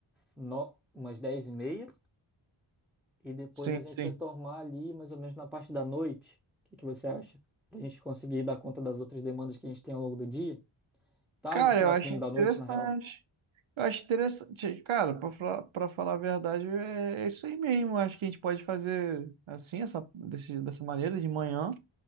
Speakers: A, in the centre; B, on the right.
A: no... umas dez e meia. E depois
B: sim,
A: a gente
B: sim.
A: retomar ali mais ou menos na parte da noite. O que que você acha? Pra gente conseguir dar conta das outras demandas que a gente tem ao longo do dia. Tarde,
B: Cara,
A: finalzinho
B: eu acho interessante.
A: da noite, na real.
B: Eu acho interessante. Cara, pra falar, pra falar a verdade, é, é isso aí mesmo. Acho que a gente pode fazer assim, essa, desse- dessa maneira, de manhã.